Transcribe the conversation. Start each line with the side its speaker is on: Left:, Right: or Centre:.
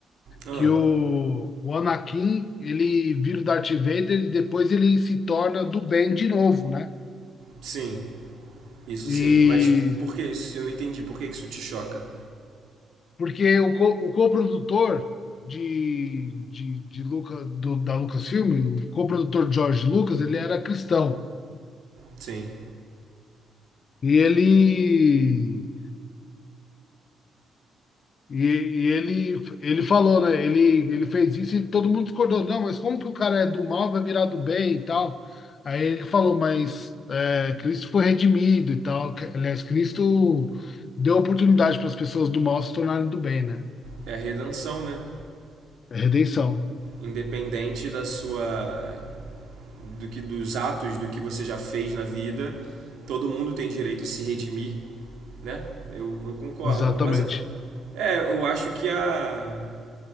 Right: Ah,
Left: Que o, o Anakin, ele vira o Darth Vader e depois ele se torna do bem de novo, né?
Right: sim, isso
Left: E
Right: sim. Mas por que isso? Eu não entendi. Por que que isso te choca?
Left: Porque o, co, o coprodutor de, de, de Luca, do, da Lucasfilm, o coprodutor George Lucas, ele era cristão.
Right: Sim.
Left: E ele. E, e ele, ele falou, né? Ele, ele fez isso e todo mundo discordou. Não, mas como que o cara é do mal, vai virar do bem e tal? Aí ele falou, mas é, Cristo foi redimido e tal. Que- Aliás, Cristo deu oportunidade para as pessoas do mal se tornarem do bem, né?
Right: É a redenção, né?
Left: É redenção,
Right: Independente da sua do que dos atos do que você já fez na vida. Todo mundo tem direito a se redimir, né? Eu, eu concordo.
Left: exatamente.
Right: Mas é, é, eu acho que a,